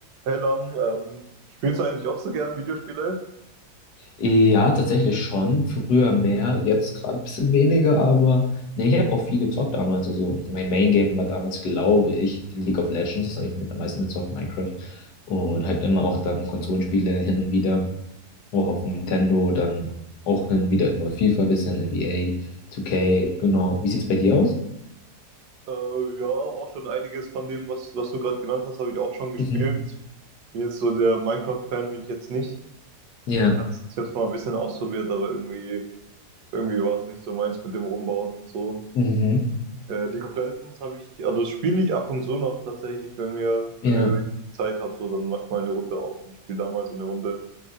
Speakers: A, on the right (about 80°); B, on the left (about 80°).
A: Hey Lam, ähm, spielst du eigentlich auch so gern Videospiele?
B: Ja, tatsächlich schon. Früher mehr, jetzt gerade ein bisschen weniger, aber nee, ich habe auch viel gezockt damals. Also mein Main Game war damals, glaube ich, League of Legends. Das habe ich mit am meisten gezockt, Minecraft. Und halt immer auch dann Konsolenspiele hin und wieder. Auch auf Nintendo, dann auch hin und wieder immer FIFA, bisschen NBA, 2K, genau. Wie sieht's bei dir aus?
A: Äh, ja, auch schon einiges von dem, was, was du gerade genannt hast, habe ich auch schon gespielt.
B: Mhm.
A: Bin jetzt so der Minecraft-Fan, bin ich jetzt nicht.
B: Ja.
A: Ich hab's, ich hab's mal ein bisschen ausprobiert, aber irgendwie, irgendwie war es nicht so meins mit dem Rumbauen und so.
B: Mhm.
A: Äh, League of Legends habe ich, also das spiele ich ab und zu noch tatsächlich, wenn mir,
B: Ja.
A: wenn mir Zeit habe, so, dann mache ich mal eine Runde auf und spiele damals eine Runde,